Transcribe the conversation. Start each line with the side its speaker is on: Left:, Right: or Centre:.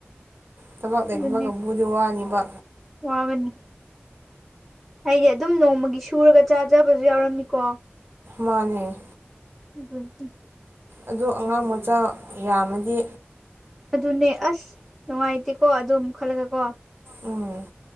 Right: ꯊꯕꯛ ꯂꯩꯇꯕ
Centre: ꯑꯗꯨꯅꯦ
Right: ꯀꯥꯡꯕꯨꯗꯤ ꯋꯥꯅꯤꯕ
Centre: ꯋꯥꯒꯅꯤ ꯑꯩꯗꯤ ꯑꯗꯨꯝ ꯅꯣꯡꯃꯒꯤ ꯁꯨꯔꯒ ꯆꯥꯖꯕꯁꯨ ꯌꯥꯎꯔꯝꯃꯤꯀꯣ
Right: ꯃꯥꯅꯦ
Centre: ꯎꯝ ꯎꯝ
Right: ꯑꯗꯨ ꯑꯉꯥꯡ ꯃꯆꯥ ꯌꯥꯝꯃꯗꯤ
Centre: ꯑꯗꯨꯅꯦ ꯑꯁ ꯅꯨꯡꯉꯥꯏꯇꯦꯀꯣ ꯑꯗꯨꯝ ꯈꯜꯂꯒ ꯀꯣ꯫
Right: ꯎꯝ